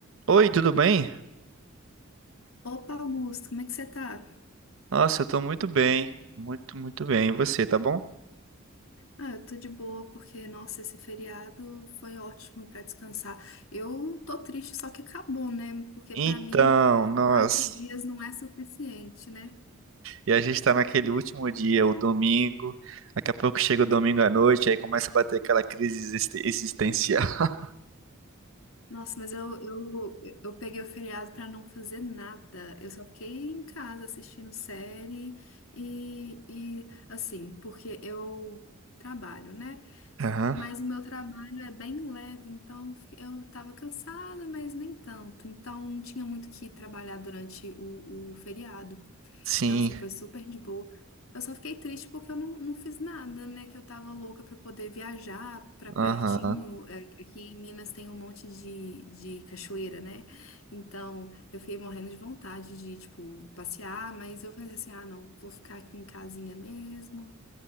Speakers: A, on the right (about 65°); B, on the left (about 80°).
A: Oi, tudo bem?
B: Opa, Augusto, como é que você tá?
A: Nossa, eu tô muito bem, muito, muito bem. E você, tá bom?
B: Ah, eu tô de boa porque, nossa, esse feriado foi ótimo pra descansar. Eu tô triste, só que acabou, né? Porque
A: Então,
B: pra mim,
A: nossa.
B: quatro dias não é suficiente, né?
A: E a gente tá naquele último dia, o domingo. Daqui a pouco chega o domingo à noite, aí começa a bater aquela crise existe- existencial. <laughs>
B: Nossa, mas eu, eu, eu peguei o feriado pra não fazer nada. Eu só fiquei em casa assistindo série e, e assim, porque eu trabalho, né?
A: Aham.
B: Mas o meu trabalho é bem leve, então eu fiquei- eu tava cansada, mas nem tanto. Então não tinha muito o que trabalhar durante o, o feriado.
A: Sim,
B: Então, assim, foi super de boa. Eu só fiquei triste porque eu não, não fiz nada, né? Que eu tava louca pra poder viajar pra pertinho.
A: aham.
B: É, aqui em Minas tem um monte de, de cachoeira, né? Então eu fiquei morrendo de vontade de, tipo, passear, mas eu pensei assim: ah, não, vou ficar aqui em casinha mesmo.